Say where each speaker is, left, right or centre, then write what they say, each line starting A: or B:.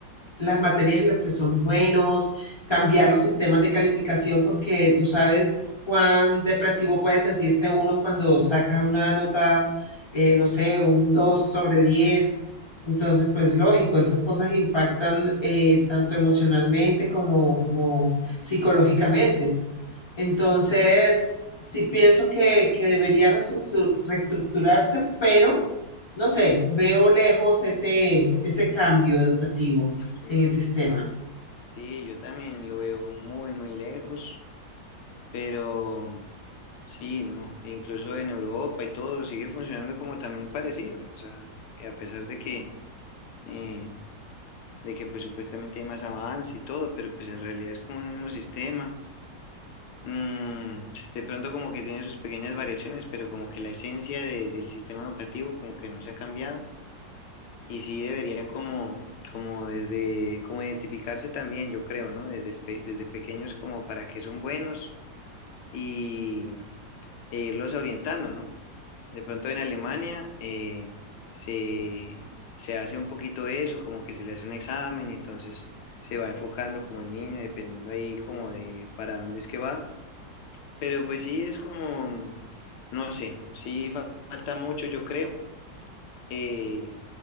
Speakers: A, on the left; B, on the left.
A: las materias en las que son buenos, cambiar los sistemas de calificación, porque tú sabes cuán depresivo puede sentirse uno cuando saca una nota, eh, no sé, un 2 sobre 10. Entonces, pues lógico, esas cosas impactan eh, tanto emocionalmente como, como psicológicamente. Entonces,
B: Sí,
A: sí pienso que, que debería reestructu- reestructurarse, pero no sé, veo lejos ese, ese cambio educativo
B: uf, sí,
A: en el sistema.
B: sí. Sí, yo también lo veo muy, muy lejos, pero sí, ¿no? Incluso en Europa y todo sigue funcionando como también parecido, o sea, a pesar de que eh, de que pues supuestamente hay más avance y todo, pero pues en realidad es como un mismo sistema. Mm, pues, de pronto como que tiene sus pequeñas variaciones, pero como que la esencia de- del sistema educativo como que no se ha cambiado y sí debería como, como desde, como identificarse también, yo creo, ¿no? Desde, el pe- desde pequeños como para qué son buenos y, e irlos orientando, ¿no? De pronto en Alemania eh, se, se hace un poquito eso, como que se le hace un examen y entonces se va enfocando como el niño, dependiendo ahí como de para dónde es que va. Pero pues sí, es como, no sé, sí fa- falta mucho, yo creo. Eh,